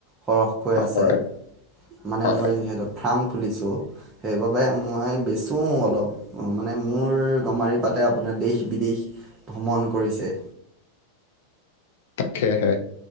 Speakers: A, on the right (about 20°); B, on the left (about 55°).
A: সৰহকৈ আছে
B: হয়
A: মানে
B: হয়
A: মই যিহেতু ফাম তুলিছো সেই বাবে মই বেচো অলপ মানে মোৰ গমাৰি তাতে আপোনাৰ দেশ বিদেশ ভ্ৰমণ কৰিছে
B: তাকেহে